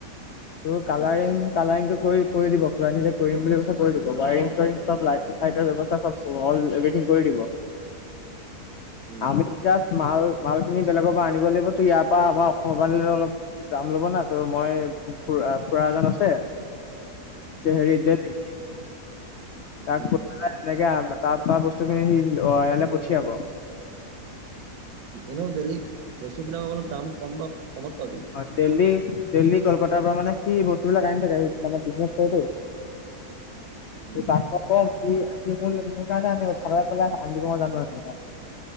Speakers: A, on the left; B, on the right.
A: তোৰ কালাৰিং
B: উম
A: কালাৰিং টো কৰি কৰি দিব খুৰা নিজে কৰিম বুলি কৈছে কৰি দিব ৱাইৰিং চুৱাৰিং চব লাইট চাইটৰ ব্যৱস্থা চব অল এভথিং কৰি দিব
B: উম
A: আমি জাষ্ট মাল মাল খিনি বেলেগৰ পৰা আনিব লাগিব তো ইয়াৰ পৰা আমাৰ অসমৰ পৰা আনিলেটো অলপ দাম ল'ব না ত মই খুৰা খুৰা এজন আছে হেৰি দেল্লিত তাক
B: উম
A: কৈ পেলাই এনেকে তাৰ পৰা বস্তুখিনি সি ইয়ালে পঠিয়াব
B: এনেও দেল্লিত বস্তুবিলাকৰ অলপ দাম কম বা কমত পাবি
A: অ দেল্লী দেল্লী কলকাতাৰ পৰা মানে সি বস্তুবিলাক আনি থাকে মানে বিজনেছ হয়টো
B: উম
A: তাক মই কম সি মোৰ, মোৰ কাৰণে আনি দিব, চাদৰ পালে আনিব দিব মই জানো সেইটো কথা,